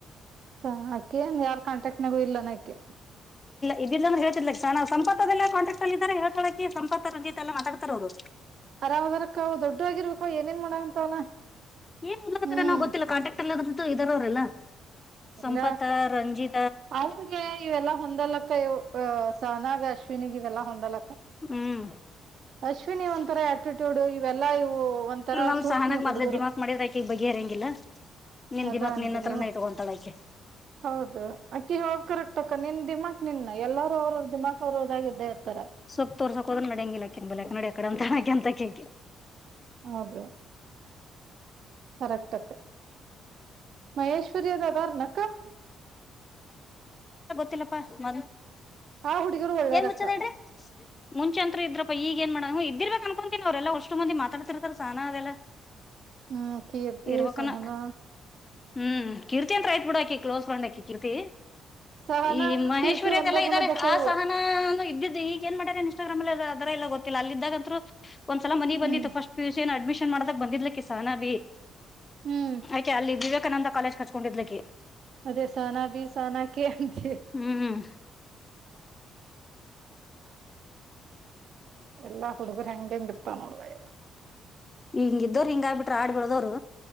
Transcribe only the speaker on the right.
ಸ ಅಕೆ ಯಾರ್ ಕಾಂಟ್ರ್ಯಾಕ್ಟ್ನಾಗು ಇಲ್ಲಾನ ಅಕೆ
ಅರಾಮ್ ಅದರಕ್ಕ ಅವ ದೊಡ್ಡಗಿರ್ಬೇಕ ಏನೇನ್ ಮಾಡಂತವನ
ಹ್ಮ್
ಎಲ್ಲ
ಅಕ್ಕ
ಅವ್ರಿಗೆ ಇವೆಲ್ಲಾ ಹೊಂದಲಕ್ಕ ಇ ಅ ಸನಾಗ ಅಶ್ವಿನಿ ಇವೆಲ್ಲಾ ಹೊಂದಲಕ್ಕ
ಅಶ್ವಿನಿ ಒಂತ ಥರ ಆಟಿಟ್ಯೂಡ್ ಇವೆಲ್ಲಾ ಇವು ಒಂಥರ
ಸೂಕ್ಷ್ಮಿ
ಹುಡುಗರು
ಅದಾ
ಅಂತೆ
ನೀವ
ಹೌದು ಅಕ್ಕಿ ಹದ ಕರಕ್ಕ್ಕ ನಿನ್ ದಿಮಾಕ್ ನಿನ್ ಎಲ್ಲಾರ ಅವರು ದಿಮಾಕ್ ಅವರು ಹಓದಾಗಿದ್ದೇ ಇರ್ತಾರ
ಹದು ಕರೆಕ್ಟ್ಕ್ಕ ಮಹೇಶ್ವರಿ ಅದ ಅದಾರಣ ಅಕ್ಕ
ಆ ಹುಡುಗರು ಒಳ್ಳೇರಕ್ಕ
ಹ್ಮ್ ಕೀರ್ತಿ
ಸಹನಾ
ಸಹನಾ
ಕೀರ್ತಿ ಒಂದ
ಗುಣದಕ್ಕ
ಇವು
ಹ್ಮ್
ಹ್ಮ್
ಅದೇ ಸೋನಾ ಬಿ ಸೋನಾ ಕ ಅಂತ
ಎಲ್ಲಾ ಹುಡುಗರು ಹೆಂಗ ಹೆಂಗ ಇರ್ತಾವ ನೋಡುವ ಇವ